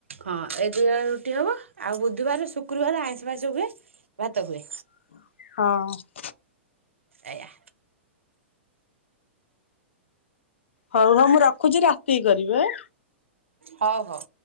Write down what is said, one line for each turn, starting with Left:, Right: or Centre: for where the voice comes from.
Right: ହଁ ଏ ଦୁଇବାରେ ରୁଟି ହବ ଆଉ ବୁଧବାର ଶୁକ୍ରବାର ଆଇଁ ଫାଇଁସ ହୁଏ ଭାତ ହୁଏ।
Left: ହଁ।
Right: ଏଇଆ।
Left: ହଉ ହଉ ମୁଁ ରଖୁଛି ରାତି କି କରିବି ଆଁ।
Right: ହଉ ହଉ।